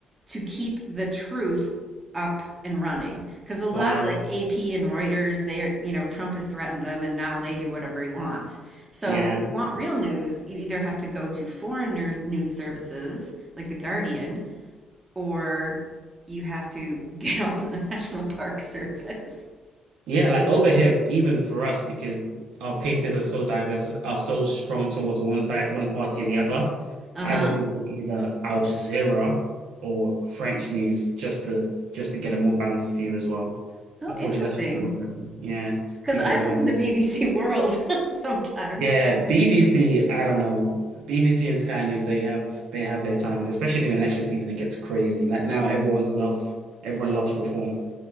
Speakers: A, on the right (about 25°); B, on the right (about 80°).
A: to keep the truth up and running. Because a lot
B: Wow.
A: of like AP and Reuters, they are, you know, Trump has threatened them and now they do whatever he wants. So
B: Yeah.
A: if you want real news, you either have to go to foreign news, news services like The Guardian or you have to <laughs> get on the National Park Service.
B: Yeah, like over here, even for us, because our papers are so diverse, are so strong towards one side, one party or the other.
A: Uh
B: I
A: huh.
B: listen to either Al Jazeera or French news just to just to get a more balanced view as well.
A: Oh,
B: Unfortunately,
A: interesting.
B: that's just the work I do. Yeah,
A: Because
B: because
A: I listen
B: if I go,
A: to BBC World <laughs> sometimes
B: yeah,
A: just
B: BBC, I don't know, BBC and Sky News, they have they have their times, especially during election season. It gets crazy. Like now, everyone's love, everyone loves reform.